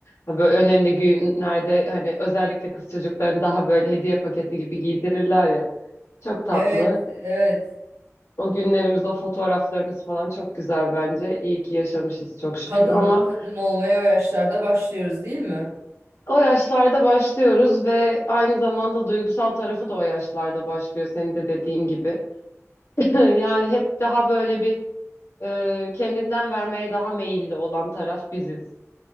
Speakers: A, on the left; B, on the right.
A: ha, böyle önemli günlerde hani özellikle kız çocuklarını daha böyle hediye paketi gibi giydirirler ya. Çok tatlı.
B: Evet, evet.
A: O günlerimiz, o fotoğraflarımız falan çok güzel bence. İyi ki yaşamışız çok şükür
B: Kadın
A: ama
B: kadın olmaya o yaşlarda başlıyoruz değil mi?
A: o yaşlarda başlıyoruz ve aynı zamanda duygusal tarafı da o yaşlarda başlıyor senin de dediğin gibi. <laughs> Yani hep daha böyle bir e, kendinden vermeye daha meyilli olan taraf biziz.